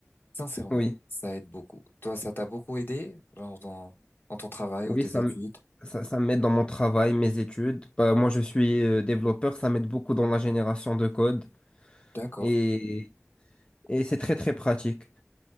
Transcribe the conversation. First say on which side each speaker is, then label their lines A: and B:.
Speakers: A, on the left; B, on the left.
A: Sincèrement,
B: Oui,
A: ça aide beaucoup. Toi, ça t'a beaucoup aidé, genre dans, dans ton travail
B: oui,
A: ou tes
B: ça,
A: études.
B: m- ça, ça m'aide dans mon travail, mes études. Bah, moi, je suis euh, développeur, ça m'aide beaucoup dans la génération de code
A: D'accord,
B: et, et c'est très très pratique.